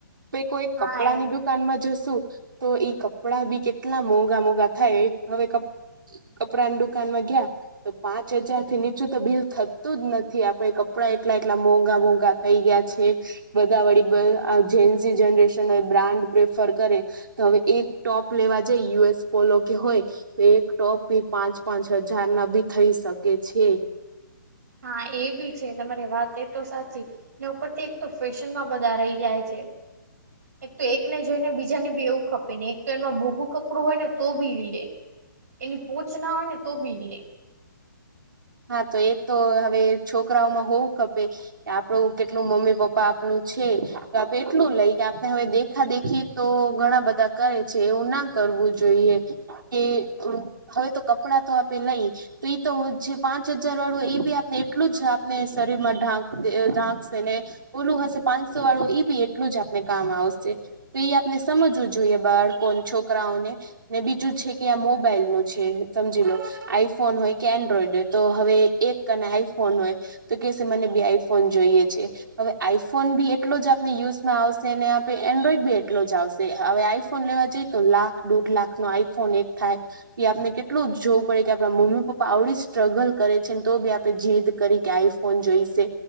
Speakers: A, on the right; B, on the right.
A: કોઈ કપડા
B: હા એ
A: ની દુકાનમાં જશું. તો ઈ કપડાં બી કેટલા મોંઘા મોઘા થાય હવે કપ. કપડા ની દુકાન માં ગ્યા. તો પાંચ હજાર થી નીચું તો બિલ થતું જ નથી આપડે કપડા એટલા એટલા મોંઘા મોંઘા. થઈ ગયા છે બધા વળી જે જનરેશન બ્રાન્ડ પ્રેફર કરે. હવે એ જ ટોપ લેવા જાય યુ એસ પોલો કે હોય. તો એક ટોપ ભી પાંચ પાંચ હજાર ના ભી થઈ શકે છે.
B: હા એ બી છે તમારી વાત એ તો સાચી. ને ઉપર થી પણ તે એક તો ફેશન માં બધા રહી જાય છે. એક તો એકને જોઈ ને બીજાને બી એવું ખપે ને એક તો એમાં મોગું કપડું હોય ને તો બી લે. એની પોચ ના હોય ને તો બી લે.
A: હા તો એ તો હવે છોકરાઓમાં હોવું ખપે. કે આપણું કેટલું મમ્મી પપ્પા આપણું છે તો આપે એટલું લઈ કે આપને હવે દેખા દેખી. તો ઘણા બધા કરે છે એવું ના કરવું જોઈએ. કે હવે તો કપડાં તો આપે લઈ તો ઇતો જે. પાંચ હજાર વાળું એ બી આપને એટલું જ આપને શરીર માં ઢાંક ઢાંકશે ને. ઓલું હશે પાંચસો વાળું એ બી એટલું જ આપને કામ આવશે. તો એ આપણે સમજવું જોઈએ બાળકોણ છોકરાઓને. ને બીજું છે કે આ મોબાઈલ નું છે સમજી લો આઈફોન હોય કે એન્ડ્રોઈડ હોય. તો હવે એક કને આઈફોન હોય તો કે સાથે મને બે આઈફોન જોઈએ છે. હવે આઈફોન બી એટલો જ આપને યુઝમાં આવશે ને આપે એન્ડ્રોઈડ બી એટલો જ આવશે હવે આઈફોન લેવા જઈ તો લાખ દોઢ લાખ નો આઈફોન એક થાય. એ આપને કેટલું જ જોવું પડે કે આપણા મમ્મી પપ્પા આવડીશ. સ્ટ્રગલ કરે છે ને તો બી આપડે જીદ કરી કે આઈફોન જોઈશે.